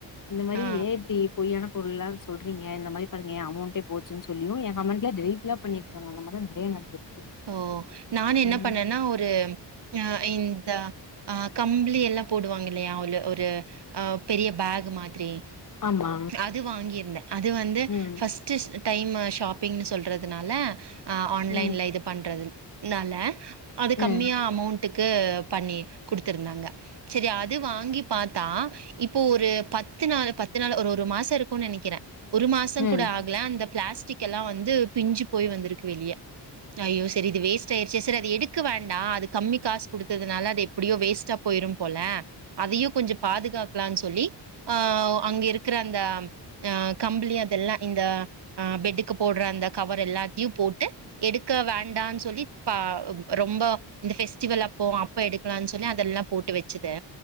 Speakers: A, on the left; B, on the right.
A: இந்த மாரி
B: ஆ
A: ஏன் இப்டி பொய்யான பொருள்லா சொல்றீங்க இந்த மாரி பாருங்க அமௌண்ட்டே போச்சுன்னு சொல்லியு ஏன் கமெண்ட்லா டெலிட்லா பண்ணிருக்காங்க அந்த மாரி நெறைய நடந்திருக்கு
B: ஓ நான் என்ன
A: ம்
B: பண்ணேன்னா ஒரு ஆ இந்த அ கம்ப்ளி எல்லா போடுவாங்க இல்லையா உள் ஒரு அ பெரிய பேக் மாதிரி
A: ஆமா
B: அது வாங்கியிருந்தே அது வந்து
A: ம்
B: ஃபஸ்ட்டு டைம் ஷாப்பிங்ன்னு சொல்றதுனால ஆ ஆன்லைன்ல
A: ம்
B: இது ன்றது நால அது
A: ம்
B: கம்மியா அமௌண்ட்டுக்கு பண்ணி குடுத்திருந்தாங்க சரி அது வாங்கி பாத்தா இப்போ ஒரு பத்து நாள்- பத்து நாள் ஒரு- ஒரு மாசம் இருக்குன்னு நெனைக்கிறே ஒரு மாசம்
A: ம்
B: கூட ஆகல அந்த பிளாஸ் த்திக்கி எல்லா வந்து பிஞ்சு போய் வந்திருக்கு வெளிய ஐயோ செரி இது வேஸ்ட் ஆயிருச்சே சரி அது எடுக்க வேண்டா அது கம்மி காசு குடுத்ததுனால அது எப்டியு வேஸ்ட்டா போயிரும் போல அதையு கொஞ்ச பாதுகாக்கலான்னு சொல்லி ஆ அங்க இருக்கிற அந்த ஆ கம்பிளி அதெல்லா இந்த ஆ பெட்டுக்கு போடுற அந்த கவர் எல்லாத்தையு போட்டு எடு க்க வேண்டான்னு சொல்லி பா ரொம்ப இந்த பெஃஸ்டிவல் அப்போ அப்ப எடுக்கலாம்னு சொல்லி அதெல்லா போட்டு வச்சது